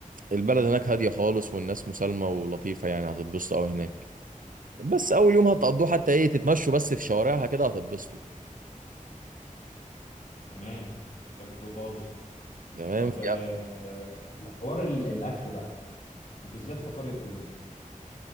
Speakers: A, on the right; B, on the left.
A: البلد هناك هادية خالص والناس مسالمة ولطيفة يعني هتتبسطوا أوي هناك بس أول يوم هتقضوه حتى إيه تتمشوا بس في شوارعها كده هتتبسطوا
B: <laughs> تمام حلو خالص
A: تمام
B: طب
A: في
B: آه، حوار ال- الاكل بقى بالذات في قريه تونس